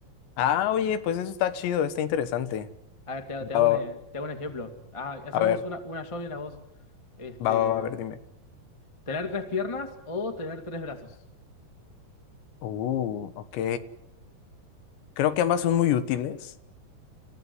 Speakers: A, on the left (about 80°); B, on the left (about 60°).
A: Ah, oye, pues eso está chido, está interesante.
B: A ver, te,
A: Va,
B: te hago
A: va,
B: un, eh,
A: va.
B: te hago un ejemplo. Ah, hacemos
A: A ver,
B: una, una yo y una vos. Este,
A: va, va, va, a ver, dime.
B: ¿tener tres piernas o tener tres brazos?
A: Uh, ok. Creo que ambas son muy útiles.